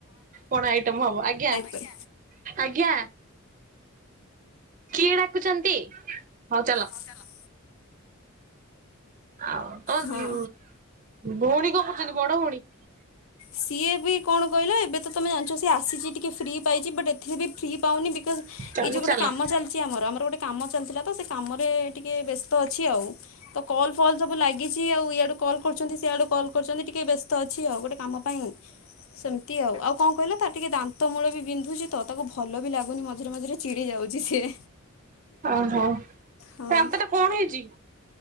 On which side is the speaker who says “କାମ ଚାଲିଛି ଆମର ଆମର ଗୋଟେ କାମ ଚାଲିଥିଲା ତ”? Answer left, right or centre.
Left